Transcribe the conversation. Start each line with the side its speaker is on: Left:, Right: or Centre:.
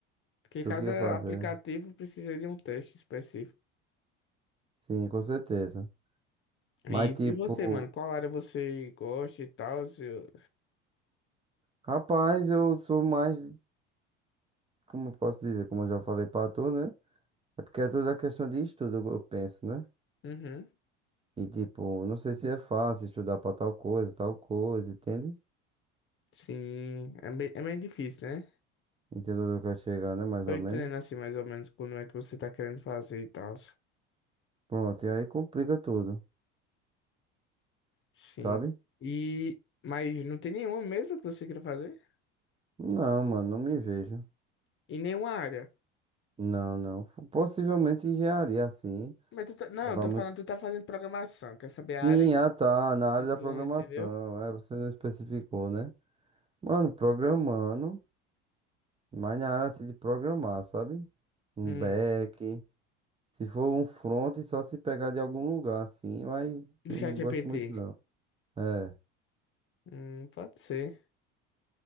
Left: Porque
Right: Tu
Left: cada
Right: que ia fazer?
Left: aplicativo precisa de um teste específico.
Right: Sim, com certeza.
Left: E,
Right: Mas tipo,
Left: e você, mano? Qual área você gosta e tal? Se eu-
Right: rapaz, eu sou mais, como eu posso dizer, como eu já falei pra tu, né? É porque é tudo a questão de estudo, eu penso, né?
Left: Uhum.
Right: E tipo, não sei se é fácil estudar pra tal coisa, tal coisa, entende?
Left: Sim. É meio, é meio difícil, né?
Right: Entendeu onde eu quero chegar, né? Mais
Left: Tô
Right: ou
Left: entendendo
Right: menos.
Left: assim mais ou menos como é que você tá querendo fazer e tal.
Right: Pronto, e aí complica tudo,
Left: Sim.
Right: sabe?
Left: E mas não tem nenhuma mesmo que você queira fazer?
Right: Não, mano, não me vejo.
Left: Em nenhuma área.
Right: Não, não. Possivelmente engenharia, assim.
Left: Mas tu tá... Não,
Right: Quebrar
Left: eu tô falando, tu tá fazendo programação. Quer saber a
Right: Sim,
Left: área
Right: ah tá, na
Left: que
Right: área
Left: tu,
Right: da programação.
Left: é, entendeu?
Right: É, você não especificou, né? Mano, programando, mas na área assim de programar, sabe? Um
Left: Hum.
Right: back. Se for um front, só se pegar de algum lugar, assim, mas
Left: Do
Right: não
Left: ChatGPT.
Right: gosto muito não. É,
Left: Hum, pode ser.